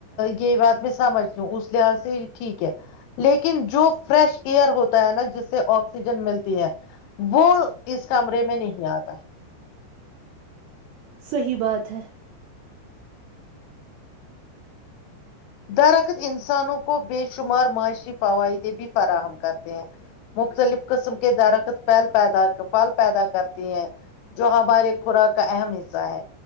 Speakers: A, on the left (about 80°); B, on the right (about 80°).
A: یہ بات میں سمجھتی ہوں اس لحاظ سے ٹھیک ہے لیکن جو فریش ایئر ہوتا ہے نا جس سے آکسیجن ملتی ہے وہ اس کمرے میں نہیں آتا ہے
B: صحیح بات ہے
A: درخت انسانوں کو بے شمار معاشی فوائدے بھی فراہم کرتے ہیں مختلف قسم کے درخت پل پیدا پھل پیدا کرتے ہیں جو ہمارے خوراک کا اہم حصہ ہے